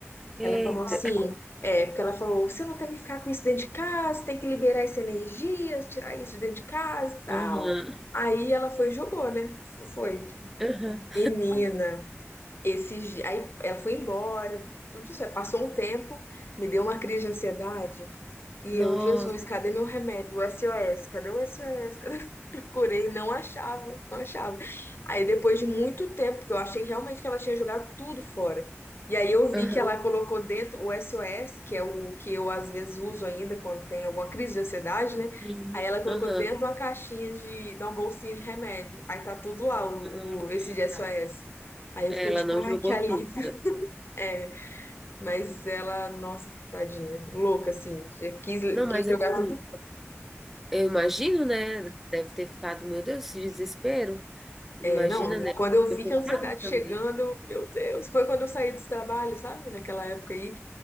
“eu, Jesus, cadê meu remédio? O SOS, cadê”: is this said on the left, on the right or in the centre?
Left